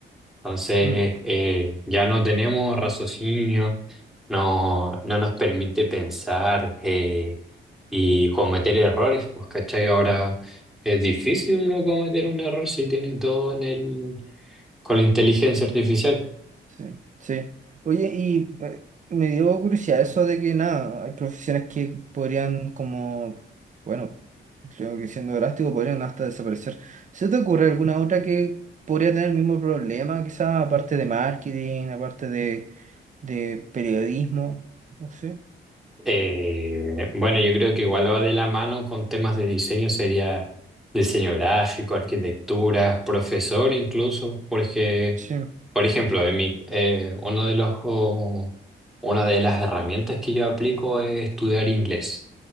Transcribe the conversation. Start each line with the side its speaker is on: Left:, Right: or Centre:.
Centre: Entonces,
Right: mm.
Centre: eh, ya no tenemos raciocinio, no, no nos permite pensar eh, y cometer errores, pues, ¿cachai? Ahora es difícil uno cometer un error si tiene todo en el, con la inteligencia artificial.
Right: Sí, sí. Oye, y eh, me dio curiosidad eso de que nada, hay profesiones que podrían como, bueno, creo que siendo drástico podrían hasta desaparecer. ¿Se te ocurre alguna otra que podría tener el mismo problema, quizá aparte de marketing, aparte de, de periodismo? No sé.
Centre: Eh, bueno, yo creo que igual va de la mano con temas de diseño, sería diseño gráfico, arquitectura, profesor incluso, porque...
Right: Sí, <laughs>
Centre: Por ejemplo, en mi, eh, uno de los, o- una de las herramientas que yo aplico es estudiar inglés